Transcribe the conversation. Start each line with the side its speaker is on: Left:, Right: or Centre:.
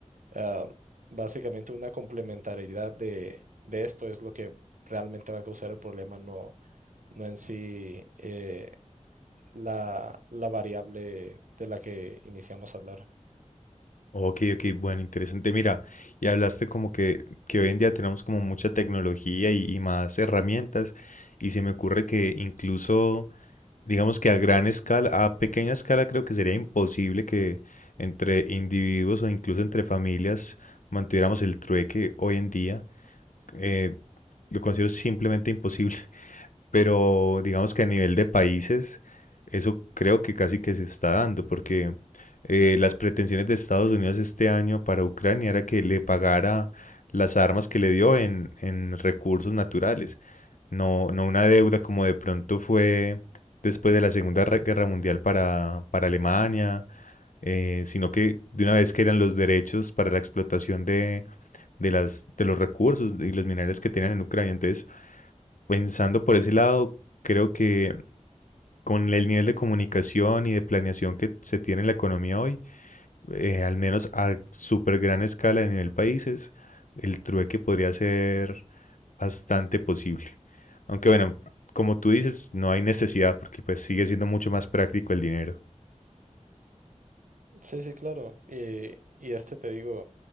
Right: ah, básicamente una complementariedad de, de esto es lo que realmente va a causar el problema, no, no en sí eh, la, la variable de la que iniciamos a hablar.
Left: Ok, ok, bueno, interesante. Mira, y hablaste como que, que hoy en día tenemos como mucha tecnología y, y más herramientas, y se me ocurre que incluso, digamos que a gran escala, a pequeña escala, creo que sería imposible que entre individuos o incluso entre familias mantuviéramos el trueque hoy en día. Eh, lo considero simplemente imposible. pero digamos que a nivel de países, eso creo que casi que se está dando, porque eh, las pretensiones de Estados Unidos este año para Ucrania era que le pagara las armas que le dio en, en recursos naturales, no, no una deuda como de pronto fue después de la Segunda Re- Guerra Mundial para, para Alemania, eh, sino que de una vez que eran los derechos para la explotación de, de las, de los recursos y los minerales que tenían en Ucrania. Entonces, pensando por ese lado, creo que con el nivel de comunicación y de planeación que se tiene en la economía hoy, eh, al menos a súper gran escala a nivel países, el trueque podría ser bastante posible. Aunque bueno, como tú dices, no hay necesidad porque pues sigue siendo mucho más práctico el dinero.
Right: Sí, sí, claro. Y, y este te digo,